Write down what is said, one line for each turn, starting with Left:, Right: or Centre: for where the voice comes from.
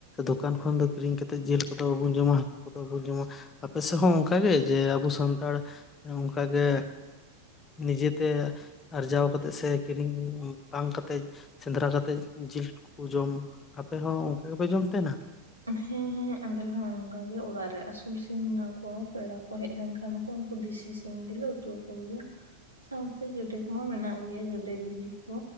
Left: ᱫᱚᱠᱟᱱ ᱠᱷᱚᱱ ᱫᱚ ᱠᱤᱨᱤᱧ ᱠᱟᱛᱮᱫ ᱡᱤᱞ ᱠᱚᱫᱚ ᱵᱟᱵᱚᱱ ᱡᱚᱢᱟ ᱦᱟᱠᱩ ᱠᱚᱫᱚ ᱵᱟᱵᱚᱱ ᱡᱚᱢᱟ ᱟᱯᱮ ᱥᱮᱫ ᱦᱚᱸ ᱚᱱᱠᱟᱜᱮ ᱡᱮ ᱟᱵᱚ ᱥᱟᱱᱛᱟᱲ ᱚᱱ ᱠᱟᱜᱮ ᱱᱤᱡᱮᱛᱮ ᱟᱨᱡᱟᱣ ᱠᱟᱛᱮᱜ ᱥᱮ ᱠᱤᱨᱤᱧ ᱵᱟᱝ ᱠᱟᱛᱮᱫ ᱥᱮᱸᱫᱽᱨᱟ ᱠᱟᱛᱮᱫ ᱡᱤᱞ ᱠᱚ ᱡᱚᱢ ᱟᱯᱮ ᱦᱚᱸ ᱚᱱᱠᱟ ᱜᱮᱯᱮ ᱡᱚᱢ ᱛᱟᱦᱮᱱᱟ?
Right: ᱦᱮᱸ ᱦᱮᱸ ᱟᱞᱮᱦᱚ ᱚᱱᱠᱟᱜᱮ ᱚᱲᱟᱜ ᱨᱮ ᱟᱹᱥᱩᱞ ᱥᱤᱢ ᱢᱮᱱᱟᱜ ᱠᱚᱣᱟ ᱯᱮᱲᱟ ᱠᱚ ᱦᱮᱡ ᱞᱮᱱᱠᱷᱟᱱᱼᱼ ᱩᱱ ᱩᱱᱠᱩ ᱫᱤᱥᱤ ᱥᱤᱝᱜᱮ ᱩᱴᱣᱟ ᱠᱚ ᱜᱮᱭᱟ᱾ ᱥᱟᱶᱛᱮ ᱜᱮᱰᱮ ᱠᱚᱢᱟ ᱢᱮᱱᱟᱜ ᱜᱮᱭᱟ ᱜᱮᱰᱮ ᱵᱤᱞᱤ ᱠᱚ